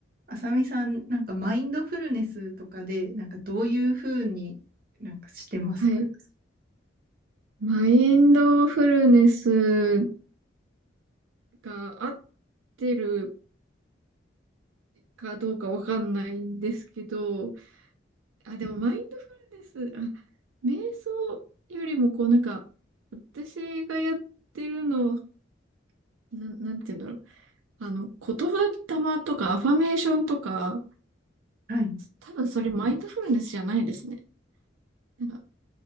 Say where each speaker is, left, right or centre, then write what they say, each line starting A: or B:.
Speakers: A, on the right; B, on the right.
A: あさみさん、なんかマインドフルネスとかで、なんかどういうふうになんかしてますか
B: はい。マインドフルネスが合ってるかどうかわかんないんですけど、あ、でもマインドフルネス、あ、瞑想よりもこうなんか、私がやってるのは、なん、なんて言うんだろう。あの、言葉霊とかアファメーションとか、
A: はい。
B: 多分それマインドフルネスじゃないですね。なんか、